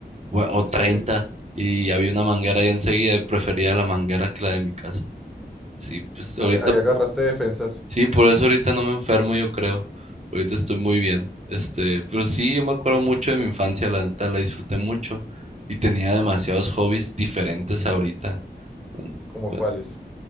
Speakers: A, on the right (about 40°); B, in the centre.
A: o o 30,
B: Sí.
A: y había una manguera ahí enseguida y prefería la manguera que la de mi casa. Sí, pues
B: Ahí,
A: ahorita,
B: ahí agarraste defensas.
A: sí, por eso ahorita no me enfermo, yo creo. Ahorita estoy muy bien. Este, pero sí, yo me acuerdo mucho de mi infancia, la neta, la disfruté mucho y tenía demasiados hobbies diferentes ahorita. Bueno,
B: ¿Cómo
A: Pues
B: cuáles?